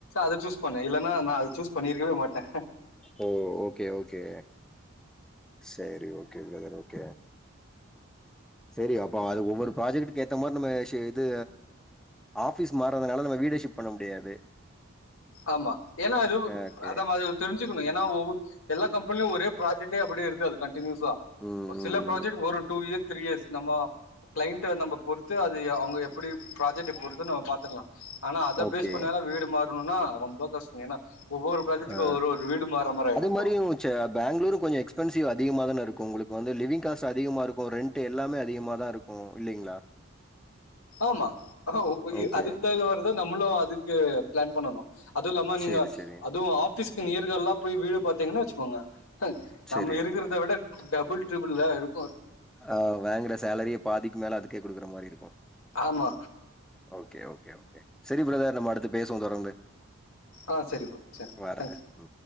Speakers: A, on the left; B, in the centre.
A: அத சூஸ் பண்ண இல்லன்னா நா அத சூஸ் பண்ணிருக்கவே மாட்ட
B: ஓ ஓகே ஓகே சரி ஓகே பிரதர் ஓகே சரி அப்போ அது ஒவ்வொரு ப்ராஜெக்டக்கு ஏத்த மாதிரி நம்ம இது ஆபிஸ் மாறதுனால நம்ம வீட ஷிப்ட் பண்ண முடியாது
A: ஆமா ஏன்னா அது
B: ஓகே.
A: அத தெரிஞ்சுக்கணு ஏன்னா ஒ எல்லா கம்பெனிலியு ஒரே ப்ராஜெக்ட்டே அப்படி இருக்காது கண்டிநியூஸா
B: ம், ம்,
A: சில ப்ராஜக்ட்
B: ம்.
A: ஒரு டூ இயர்ஸ் த்ரீ இயர்ஸ் நம்ம கிளைண்டை நம்ம பொறுத்து அது அவங்க எப்படி ப்ராஜெக்ட பொறுத்து நம்ம பாத்துக்கலா ஆனா அத
B: ஓகே.
A: பேஸ் பண்ணல வீடு மாறணும்னா ரொம்ப கஷ்ட ஏன்னா ஒவ்வொரு ப்ராஜெக்ட்டுக்கு
B: ஆ
A: ஒரு ஒரு வீடு மாறுற மாதிரி ஆயிடும்
B: அது
A: அப்புறம்
B: மாறியு பெங்களூரு கொஞ்ச எக்ஸ்பென்சிவ் அதிகம தான இருக் கும் உங்களுக்கு வந்து லிவிங் காஸ்ட் அதிகமா இருக்கு ரெண்டட் எல்லாமே அதிகமா தா இருக்கு இல்லைங்களா
A: ஆமா ஆ ஓ
B: ஓகே.
A: அதுக்கு தகுந்த மாதிரி தா நம்மளு அதுக்கு பிளான் பண்ணணு அதுவு இல்லாம
B: சரி,
A: நீங்க
B: சரி,
A: அதுவு ஆபிஸ்க்கு நியர்கள் எல்லா போய் வீடு பார்த்தீங்கன்னா வச்சுக்கோங்க
B: சரி.
A: நம்ம இருக்கிறத விட டபுள் ட்ரிபிள் ல இருக்
B: ஆ வாங்குற சேலரிய பாதிக்கு மேல அதுக்கே கொடுக்குற மாரி இருக்
A: ஆமாம்
B: ஓகே ஓகே ஓகே சரி பிரதர் நம்ம அடுத்து பேசுவோ தொடர்ந்து
A: ஆ சரிப்பா சரி
B: வரேன்.
A: தேங்க்ஸ்
B: ம்.